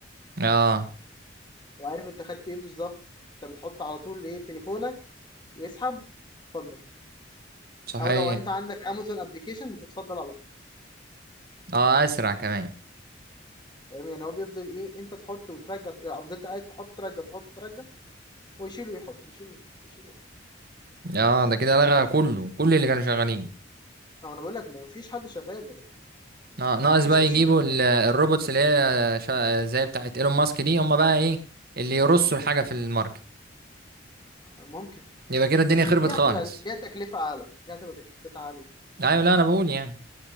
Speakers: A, on the right; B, on the left.
A: اه
B: وعارف انت خدت ايه بالظبط انت بتحط على طول ايه تليفونك يسحب اتفضل
A: صحيح
B: او لو انت عندك امازون ابلكيشن بتتفضل على طول
A: اه اسرع كمان
B: فاهم يعني هو بيفضل ايه انت تحط وترجع يعني فضلت قاعد تحط ترجع تحط ترجع ويشيل ويحط يشيل ويحط يشيل ويحط
A: اه ده كده لغى كله كل اللي كانوا شغالين
B: او انا بقول لك ما فيش حد شغال
A: اه ناقص
B: ما فيش
A: بقى
B: كاشير
A: يجيبوا ال- الروبوتس اللي هي شا- زي بتاعت ايلون ماسك دي هم بقى ايه اللي يرصوا الحاجة في الماركت
B: ممكن
A: يبقى كده الدنيا
B: بس
A: خربت
B: دي هتبقى
A: خالص
B: ليها تكلفة اعلى دي هتبقى تكلفتها عالية
A: ايوه لا انا بقول يعني